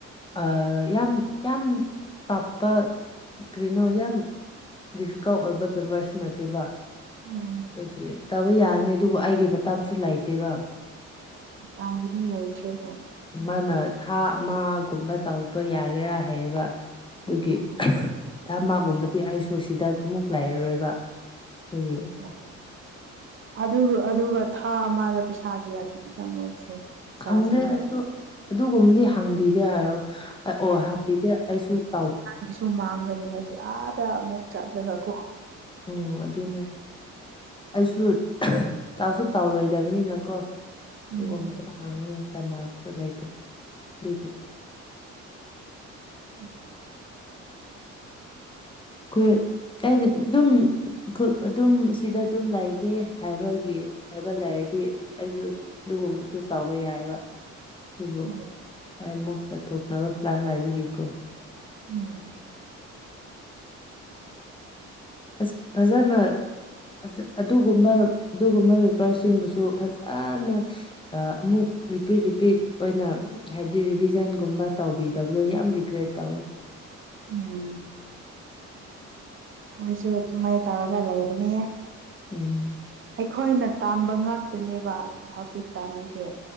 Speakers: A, on the left; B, on the right.
A: ꯑ ꯌꯥꯝ ꯌꯥꯝ ꯇꯞꯄ ꯀꯔꯤꯅꯣ ꯌꯥꯝ ꯗꯤꯐꯤꯀꯜꯠ ꯑꯣꯏꯕ ꯄꯦꯄꯔꯁꯨ ꯅꯠꯇꯦꯕ꯫
B: ꯎꯝ꯫
A: ꯑꯗꯨꯒꯤ ꯇꯧꯕ ꯌꯥꯒꯅꯤ ꯑꯗꯨꯕꯨ ꯑꯩꯒꯤ ꯃꯇꯝꯁꯨ ꯂꯩꯇꯦꯕ꯫
B: ꯃꯇꯝꯕꯨꯗꯤ ꯂꯩꯇ꯭ꯔꯦ ꯍꯣꯏ꯫
A: ꯃꯥꯅ ꯊꯥ ꯑꯃꯒꯨꯝꯕ ꯇꯧꯕ ꯌꯥꯒꯦꯔꯥ ꯍꯥꯏꯌꯦꯕ꯫ ꯑꯗꯨꯒꯤ
B: ꯎꯝ
A: ꯊꯥ ꯑꯃꯥ ꯒꯨꯝꯕꯗꯤ ꯑꯩꯁꯨ ꯁꯤꯗ ꯑꯃꯨꯛ ꯂꯩꯔꯔꯣꯏꯕ ꯑꯩꯗꯨꯒꯤ꯫
B: ꯑꯣ ꯑꯗꯨꯒ ꯑꯗꯨꯒ ꯊꯥ ꯑꯃꯗ ꯄꯩꯁꯥ ꯀꯌꯥ ꯄꯤꯕ꯭ꯔꯥ ꯃꯣꯏꯁꯦ꯫ ꯑꯣꯖꯥꯁꯤꯡꯗ
A: ꯈꯪꯗꯦ ꯑꯩꯁꯨ꯫ ꯑꯗꯨꯒꯨꯝꯕꯗꯤ ꯍꯥꯡꯕꯤꯗꯦ ꯍꯥꯏꯔꯣ ꯑꯣ ꯍꯥꯡꯕꯤꯗꯦ ꯑꯩꯁꯨ ꯇꯥꯎ
B: ꯒꯤꯁꯨ ꯃꯥꯡꯒꯅꯤ ꯍꯥꯏꯗꯤ ꯑꯥꯗ ꯑꯃꯨꯛ ꯆꯠꯂꯒ ꯀꯣ꯫
A: ꯎꯝ ꯑꯗꯨꯅꯦ꯫ ꯑꯩꯁꯨ ꯇꯥꯎꯁꯨ ꯇꯥꯎꯔꯣꯏꯗꯕꯅꯤꯅꯀꯣ꯫ ꯑꯗꯨꯒꯨꯝꯕꯗꯣ
B: ꯎꯝ
A: ꯍꯥꯡꯉꯒ ꯀꯥꯟꯅꯕꯁꯨ ꯂꯩꯇꯦ ꯑꯗꯨꯒꯤ꯫
B: ꯎꯝ꯫
A: ꯈꯣꯏ ꯑꯩꯗꯤ ꯑꯗꯨꯝ ꯈꯨ ꯑꯗꯨꯝ ꯁꯤꯗ ꯑꯗꯨꯝ ꯂꯩꯒꯦ ꯍꯥꯏꯕꯒꯤ ꯍꯥꯏꯕ ꯂꯩꯔꯗꯤ ꯑꯩꯁꯨ ꯑꯗꯨꯒꯨꯝꯕꯁꯨ ꯇꯧꯕ ꯌꯥꯏꯕ꯫ ꯑꯗꯨꯕꯨ
B: ꯍꯣꯏ
A: ꯑꯩ ꯑꯃꯨꯛ ꯆꯠꯊꯣꯛꯅꯕ ꯄ꯭ꯂꯥꯟ ꯂꯩꯕꯒꯤꯀꯣ꯫
B: ꯎꯝ꯫
A: ꯑꯁ ꯐꯖꯅ ꯐꯖ ꯑꯗꯨꯒꯨꯝꯕ ꯑꯗꯨꯒꯨꯝꯕ ꯄꯦꯄꯔꯁꯤꯡꯕꯨꯁꯨ ꯐꯖꯅ ꯑꯃꯨꯛ ꯔꯤꯄꯤꯠ ꯔꯤꯄꯤꯠ ꯑꯣꯏꯅ꯫ ꯍꯥꯏꯕꯗꯤ ꯔꯤꯚꯤꯖꯟꯒꯨꯝꯕ ꯇꯧꯕꯤꯗꯕꯗꯣ ꯌꯥꯝ ꯔꯤꯒ꯭ꯔꯦꯠ ꯇꯧꯋꯦ꯫
B: ꯎꯝ꯫ ꯑꯩꯈꯣꯏꯁꯨ ꯑꯗꯨꯃꯥꯏꯅ ꯇꯧꯔꯒ ꯂꯩꯕꯅꯦ
A: ꯎꯝ
B: ꯑꯩꯈꯣꯏꯅ ꯇꯥꯝꯕ ꯉꯥꯛꯇꯅꯦꯕ ꯍꯧꯖꯤꯛ ꯇꯥꯝꯃꯤꯁꯦ꯫